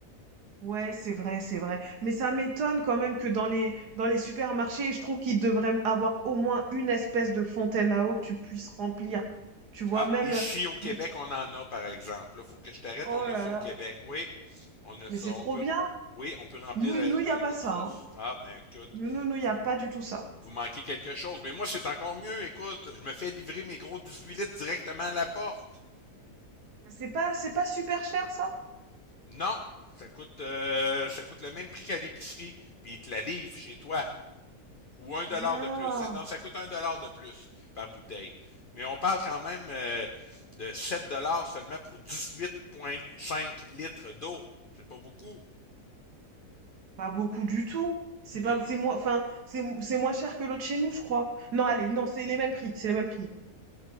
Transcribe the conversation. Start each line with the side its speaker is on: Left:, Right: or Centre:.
Right: Ouais, c'est vrai, c'est vrai. Mais ça m'étonne quand même que dans les dans les supermarchés, je trouve qu'ils devraient avoir au moins une espèce de fontaine à eau que tu puisses remplir. Tu vois
Left: Ah,
Right: même
Left: ici au Québec,
Right: euh,
Left: on en a, par exemple. Il faut que je t'arrête,
Right: oh
Left: on a
Right: là
Left: ça
Right: là,
Left: au Québec. Oui, on a
Right: mais
Left: ça.
Right: c'est
Left: On
Right: trop
Left: peut,
Right: bien.
Left: oui, on peut remplir
Right: Nous
Left: euh,
Right: nous y
Left: de
Right: a
Left: notre
Right: pas ça.
Left: source.
Right: Hein.
Left: Ah, ben écoute,
Right: Nous nous nous y
Left: vous,
Right: a pas du tout ça.
Left: vous manquez quelque chose. Mais moi, c'est encore mieux. Écoute, je me fais livrer mes gros 18 litres directement à la porte.
Right: Mais c'est pas c'est pas super cher ça.
Left: Non, ça coûte, euh, ça coûte le même prix qu'à l'épicerie. Puis ils te la livrent chez toi. Ou un dollar
Right: Ouh là
Left: de
Right: là,
Left: plus. Ça- Non, ça coûte un dollar de plus par bouteille. Mais on parle quand même euh, de 7 dollars seulement pour dix-huit virgule cinq litres d'eau. C'est pas beaucoup.
Right: c'est pas beaucoup du tout. C'est
Left: Puis
Right: pas
Left: l'eau-
Right: c'est moins enfin c'est c'est moins cher que l'autre chez nous, je crois. Non, allez,
Left: oui,
Right: non, c'est les mêmes prix, c'est les mêmes prix.